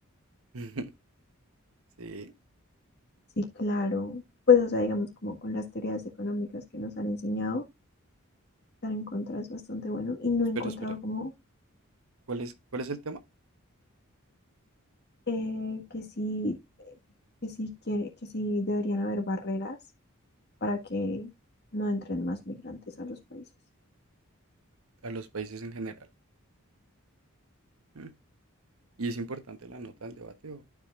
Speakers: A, on the right; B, on the left.
A: <laughs> Sí.
B: Sí, claro. Pues o sea, digamos como con las teorías económicas que nos han enseñado, estar en contra es bastante bueno y no
A: Espera,
B: he encontrado
A: espera.
B: como
A: ¿Cuál es, cuál es el tema?
B: eh, que sí que sí quiere, que sí deberían haber barreras para que no entren más migrantes a los países.
A: A los países en general. Mm, ¿Y es importante la nota del debate o,